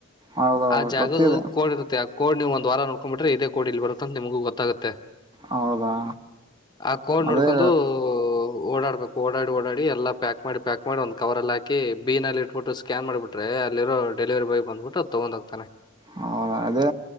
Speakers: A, on the right; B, on the left.
A: ಹೌದೌದು
B: ಆ ಜಾಗದು
A: ಗೊತ್ತಿದೆ
B: ಕೋಡ್ ಇರುತ್ತ ಆ ಕೋಡ್ ನೀವು ಒಂದ ವಾರ ನೋಡ್ಕೊಂಡ್ ಬಿಟ್ಟಿ ಇದೇ ಕೋಡ್ ಇಲ್ ಬರುತ್ತ ಅಂತ ನಿಮಗೂ ಗೊತ್ತಾಗತ್ತೆ
A: ಹೌದಾ
B: ಆ ಕೋಡ್ ನೋಡ್ಕೊಂಡು
A: ಅದೇ
B: ಓಡಾಡ್ಬೇಕು ಓಡಾಡಿ ಓಡಾಡಿ ಎಲ್ಲ ಪ್ಯಾಕ್ ಮಾಡಿ ಪ್ಯಾಕ್ ಮಾಡಿ ಒಂದ್ ಕವರ್ಲ್ಲಿ ಹಾಕಿ ಬೀನಲ್ಲಿ ಇಟ್ಬಿಟ್ಟು ಸ್ಕ್ಯಾನ್ ಮಾಡಿಬಿಟ್ರೆ ಅಲ್ಲಿರೋ ಡೆಲಿವರಿ ಬಾಯ್ ಬಂದ್ಬಿಟ್ಟ ಅದು ತೊಗೊಂಡ್ ಹೋಗ್ತಾನ್
A: ಹ ಅದೇ